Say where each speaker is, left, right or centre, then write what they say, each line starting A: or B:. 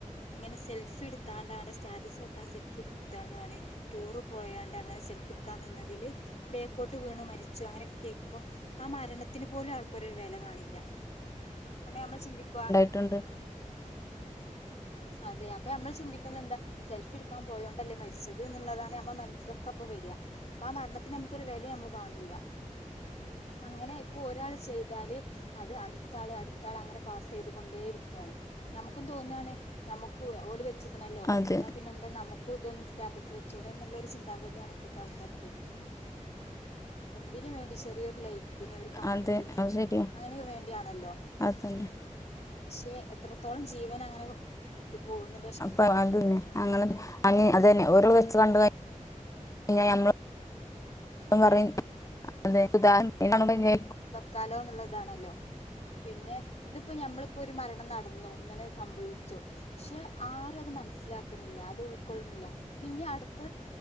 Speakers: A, on the left; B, on the left.
A: ഇങ്ങനെ സെൽഫി ഇട്ത്താണ്ടാണ് സ്റ്റാറ്റസ് വെക്കാൻ സെൽഫി ഇട്ത്താണ്ടാണ് ടൂറ് പോയാണ്ട് അങ്ങനെ സെൽഫി ഇട്ക്കാൻ നിന്നതില് ബേക്കോട്ട് വീണ് മരിച്ചു അങ്ങനെയൊക്കെ കേക്കുമ്പോ ആ മരണത്തിന് പോലും ആൾക്കൊരു വെല കാണില്ല അങ്ങനെ നമ്മൾ ചിന്തിക്വോ
B: ട്ട്ണ്ട്
A: അതെ അപ്പ നമ്മള് ചിന്തിക്കുന്നെന്താ സെൽഫി ഇട്ക്കാം പോയോണ്ടല്ലേ മര്ച്ചത് ന്ന്ള്ളതാണ് നമ്മളെ മൻസ്സിലൊക്കപ്പം വര അപ്പ ആ മരണത്തിന് നമുക്കൊരു വെല നമ്മള് കാണ് ണില്ല. അങ്ങനെ ഇപ്പോ ഒരാള് ചെയ്താല് അത് അട്ത്താള് അട്ത്താള് അങ്ങനെ പാസ് ചെയ്തു കൊണ്ടേയിരിക്കാണ്. ഞമ്മക്കും തോന്നാണ്. ഞമ്മുക്കു ഓല് വെച്ച്ക്ക്‌ണല്ലോ
B: അതെ
A: ന്നാ പിന്നെ എന്താ നമു ക്കു ഇതൊന്ന് സ്റ്റാറ്റസ് വെച്ചൂടെ ന്നുള്ളരു ചിന്താഗതിയാണ് ഇപ്പത്ത ആൾക്കാര്ക്ക്. എന്തിനു വേണ്ടി ചെറിയൊരു ലൈ ക്ക്‌ന് ഒരു കമന്റിന്
B: അതെ അത് ശരിയാ
A: അങ്ങനെ വേണ്ടിയാണല്ലോ.
B: അതന്നെ
A: പക്ഷെ എത്രത്തോളം ജീവനങ്ങനെ ഇത് പോവുന്നു
B: അപ്പൊ അത് ന്നേ അങ്ങനെ അങ്ങനെ അതന്നെ ഓരോള് വെച്ച് കണ്ട് ക കഴിഞ്ഞ ഞമ്മള്
A: അതെ
B: പറഴും <unintelligible>
A: വെക്കാലോ ന്ന്ള്ളതാണല്ലോ. പിന്നെ ഇത്പ്പ ഞമ്മള്പ്പോ ഒരു മരണം നടന്നു. ഇങ്ങനെ സംഭവിച്ചു പക്ഷെ ആരു അത് മൻസ്സിലാക്ക്ണില്ല. അത് ഉൾക്കൊള്ള്ണില്ല പിന്നെ അട്ത്ത